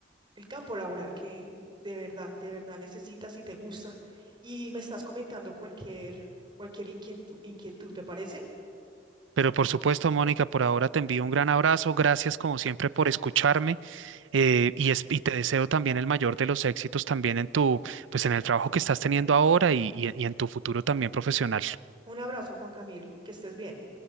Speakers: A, on the right; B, on the right.
A: el campo laboral que de verdad, de verdad necesitas y te gusta. Y me estás comentando cualquier, cualquier inquietud, inquietud, ¿te parece?
B: Pero por supuesto, Mónica, por ahora te envío un gran abrazo. Gracias como siempre por escucharme eh, y, es- y te deseo también el mayor de los éxitos también en tu, pues en el trabajo que estás teniendo ahora y, y y en tu futuro también profesional.
A: Un abrazo, Juan Camilo, que estés bien.